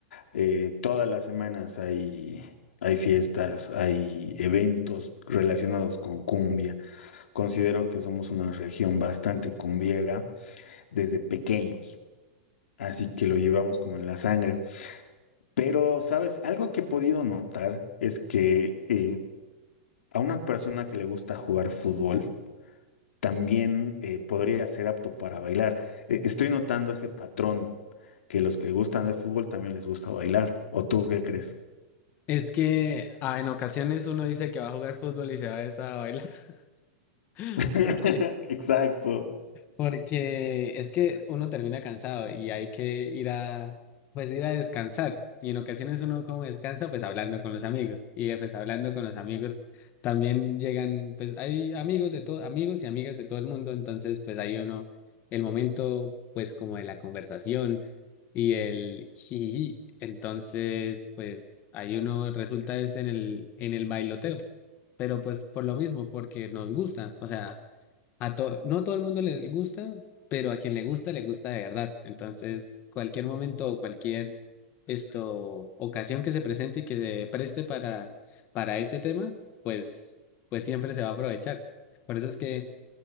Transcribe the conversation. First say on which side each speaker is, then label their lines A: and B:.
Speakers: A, on the left; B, on the left.
A: eh, todas las semanas hay, hay fiestas, hay eventos relacionados con cumbia. Considero que somos una región bastante cumbiera desde pequeños. Así que lo llevamos como en la sangre. Pero, ¿sabes? Algo que he podido notar es que eh, a una persona que le gusta jugar fútbol, también eh, podría ser apto para bailar. E- estoy notando ese patrón, que los que gustan del fútbol también les gusta bailar. ¿O tú qué crees?
B: Es que ah, en ocasiones uno dice que va a jugar fútbol y se va a esa a bailar, <laughs>
A: <laughs>
B: porque
A: Exacto.
B: Porque es que uno termina cansado y hay que ir a, pues ir a descansar. Y en ocasiones uno como descansa, pues hablando con los amigos. Y eh, pues hablando con los amigos también llegan, pues hay amigos de todo, amigos y amigas de todo el mundo. Entonces, pues ahí uno, el momento, pues como de la conversación y el jijiji. Entonces, pues ahí uno resulta es en el, en el bailoteo. Pero pues por lo mismo, porque nos gusta. O sea. A to- no todo el mundo le gusta, pero a quien le gusta, le gusta de verdad. Entonces, cualquier momento o cualquier esto, ocasión que se presente y que se preste para, para ese tema, pues, pues siempre se va a aprovechar. Por eso es que,